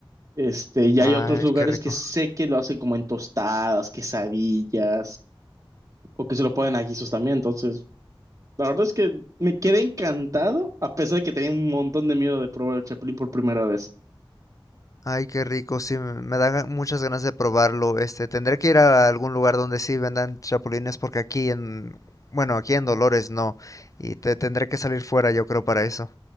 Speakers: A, on the right (about 40°); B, on the left (about 40°).
A: Este, y
B: Ay,
A: hay otros lugares
B: qué rico.
A: que sé que lo hacen como en tostadas, quesadillas, o que se lo ponen a guisos también. Entonces, la verdad es que me quedé encantado, a pesar de que tenía un montón de miedo de probar el chapulín por primera vez.
B: Ay, qué rico, sí, me me dan ga- muchas ganas de probarlo. Este, tendré que ir a algún lugar donde sí vendan chapulines porque aquí en, bueno, aquí en Dolores no. Y te tendré que salir fuera, yo creo, para eso.